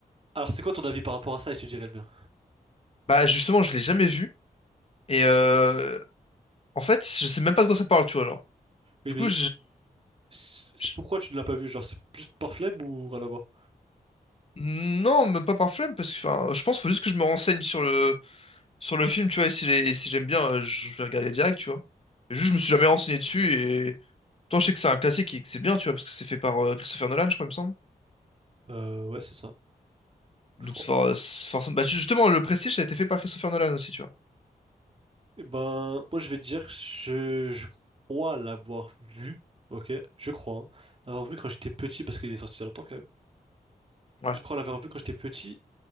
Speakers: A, on the right; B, on the left.
A: alors, c'est quoi ton avis par rapport à ça? Et je te dirais le mien.
B: Bah, justement, je l'ai jamais vu. Et euh, en fait, je sais même pas de quoi ça parle, tu vois, genre.
A: Oui,
B: Du
A: mais
B: coup,
A: c'est-
B: je,
A: pourquoi tu ne l'as pas vu? Genre, c'est juste par flemme ou rien à voir?
B: Non, même pas par flemme, parce que enfin, je pense qu'il faut juste que je me renseigne sur le, sur le film, tu vois, et si, les- si j'aime bien, euh, je vais regarder direct, tu vois. Et juste, je me suis jamais renseigné dessus, et toi, je sais que c'est un classique et que c'est bien, tu vois, parce que c'est fait par euh, Christopher Nolan, je crois, il me semble.
A: Euh, ouais, c'est ça,
B: Donc,
A: je crois.
B: c'est for- c'est forcément. Bah, tu- justement, le Prestige ça a été fait par Christopher Nolan aussi, tu vois.
A: Et ben, moi, je vais te dire, je, je crois l'avoir vu, ok? Je crois, hein, l'avoir vu quand j'étais petit, parce qu'il est sorti il y a longtemps quand même.
B: Ouais.
A: Je crois l'avoir vu quand j'étais petit